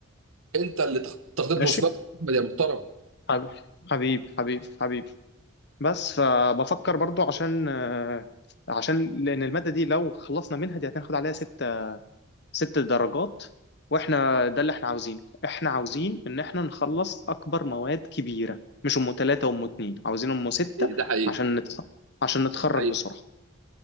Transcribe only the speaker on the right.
انت اللي تخ- تخطيط مسبق
احمد يا محترم
ايه ده حقيقي
ده حقيقي